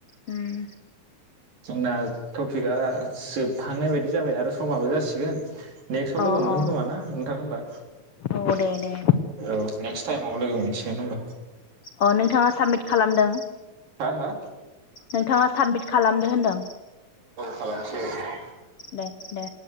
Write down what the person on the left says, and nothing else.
उम
औ
औ
औ दे दे
अ नोंथाङा साबमिट खालामदों
नोंथाङा साबमिट खालामदो होनदों।
दे दे